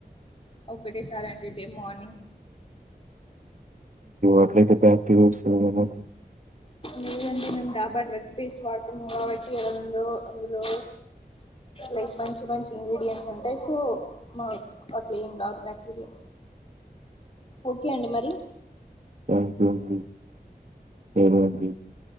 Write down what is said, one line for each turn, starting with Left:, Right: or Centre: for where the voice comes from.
Left: ఒకటే సారి అండి డే మార్నింగ్.
Right: అట్లయితే బ్యాక్టిరియా వస్తది కదాండి.
Left: లేదండి మేము డాబర్ రెడ్ పేస్ట్ వాడతున్నాము కాబట్టి ఎలాంగో అందులో. లైక్ ఆహ్ మంచి మంచి ఇంగ్రీడియంట్స్ ఉంటాయి సో మాక్ అట్లా ఏం రాదు బ్యాక్టీరియా. ఓకే అండి మరి.
Right: థ్యాంక్ యూ అండి సరే అండి.